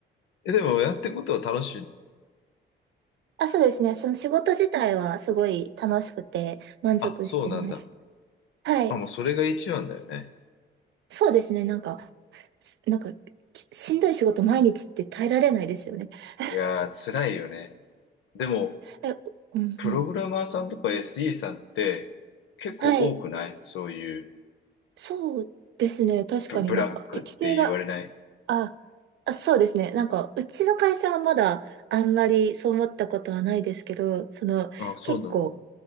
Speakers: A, on the left; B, on the right.
A: え、でもやってことは楽しい。
B: <laughs> あ、そうですね。その仕事自体はすごい楽しくて満足してます。
A: あ、そうなんだ。
B: はい。
A: あ、もうそれが一番だよね。
B: そうですね。なんか、すなんか、きしんどい仕事毎日って耐えられないですよね。<laughs>
A: いやー、辛いよね。でも、
B: え、うんうん。
A: プログラマーさんとか SE さんって結構多くないそういう
B: はい。そうですね。確かになんか適性が、
A: ブ、ブラックって言われない
B: あ、あ、そうですね。なんか、うちの会社はまだあんまりそう思ったことはないですけど、その、
A: あ、そうなんだ。
B: 結構、